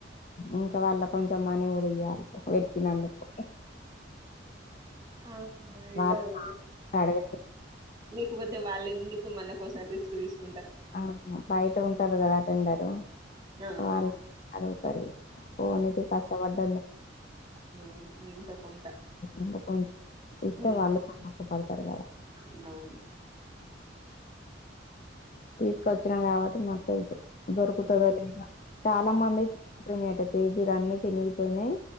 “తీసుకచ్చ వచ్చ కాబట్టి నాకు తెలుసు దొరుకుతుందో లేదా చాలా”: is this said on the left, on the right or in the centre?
Left